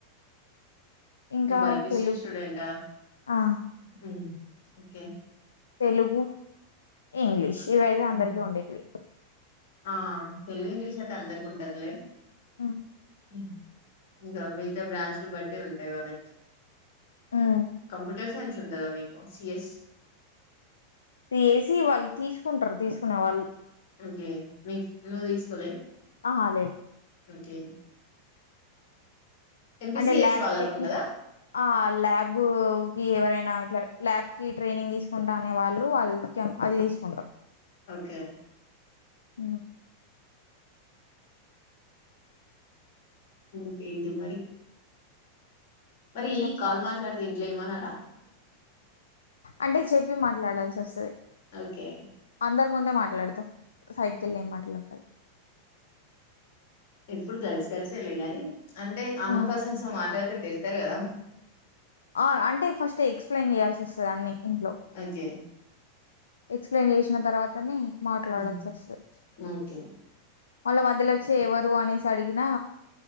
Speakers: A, on the left; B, on the left.
A: ఇంకా
B: ను్ బైబిఎ
A: తెలుగు
B: స్టూడెంట్ఓకే
A: ఆ! తెలుగు ఇంగ్లిష్ ఇవి అయితే అందరికీ
B: ఉమ్,
A: ఉండేటివి
B: ఆ తెలుగు ఇంగ్లీష్ అయితే అందరిక ఉంటదిలే
A: ఆ
B: ఉమ్, ఇంకా మిగతా బ్రాంచడ్స్లు బట్టి ఉంటాయి వాళ్ళకి
A: హ్మ్.
B: కంప్యూటర్ సైన్స్ ఉంటదా మీకు కాసియస్
A: చేసి వాళ్ళు తీసుకుంటారు తీసుకునే వాళ్ళు
B: కే మీకు నువ్వు తీసుకోవలే
A: ఆ లేదు
B: ఓకే ఎంపీసిఎస్
A: అంటే ల్యాబ్
B: వాళ్ళకు
A: టెక్నిక్
B: ఉంటదా
A: ఆ ల్యాబ్ ఎవరైనా ఇట్లా ల్యాబ్ కి ట్రైనింగ్ తీసుకుంటా అనే వాళ్ళు వాళ్ళకి అది తీసుకుంటారు
B: ఓకే
A: అ
B: క ఏంటి మరి మరీ
A: చెప్పాలి
B: కాల్ మాట్లాడ్తే ట్లే మనర
A: అంటే చెప్ పి మాట్లాడాల్సి ఒస్తది
B: ఒకే
A: అందరు ముందె మాట్లాడ్తం సైడ్కి ఎళ్ళి ఎం మాటలు ఉంటా
B: ప్పుడు గర్ల్స్ గర్ల్సేలెగని అంటే అనో
A: ఆ
B: పసన్స్ మాట్లాడ్తే తిడ్తరు గదా
A: ఆ అంటే ఫస్ట్ ఎక్స్ప్లెయిన్ చేయాల్సి ఒస్ తది అన్ని ఇంట్లో
B: అకె
A: ఎక్స్ప్లెయిన్ జేష్న తర్వాతనె మాట్లాడాల్సి
B: ఉమ్,
A: అస్తది
B: ఓకే
A: వాళ్ళ మధ్యలో ఒచ్చి ఎవరు అనేసి అడిగినా